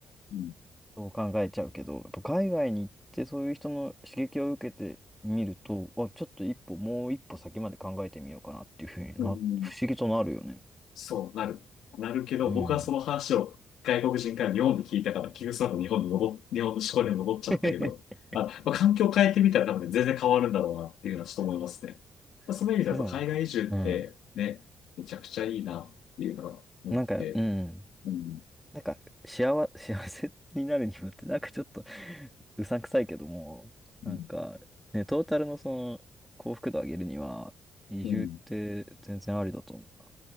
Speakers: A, on the left; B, in the centre.
A: うん、
B: そう考えちゃうけど、やっぱ海外に行ってそういう人の刺激を受けてみると、あ、ちょっと一歩、もう一歩先まで考えてみようかなっていうふうにな、
A: うん
B: 不思議となるよね。
A: そう、なる。なるけど、
B: うん。
A: 僕はその話を外国人から日本で聞いたから、結局その後日本に戻っ、日本の思考に戻っちゃったけど、
B: <laughs>
A: あ、まあ、環境を変えてみたら多分全然変わるんだろうなっていうのはちょっと思いますね。
B: うん
A: まあ、その意味ではやっぱ海外移住ってね、
B: それでもなんか、うん。
A: めちゃくちゃいいなっていうのが思ってて、
B: なんか、うん。
A: うん、
B: なんか、幸、<laughs> 幸せになるにもって、なんかちょっと <laughs> うさんくさいけども、なんか、
A: うん、
B: ね、トータルのその幸福度上げるには、移住って全然ありだと思うな。
A: うん、